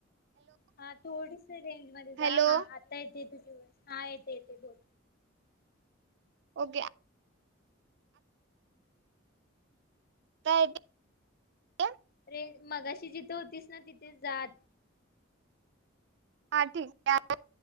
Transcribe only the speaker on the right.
हॅलो
ओके आ काय ते <unintelligible>
हा ठीक हाय.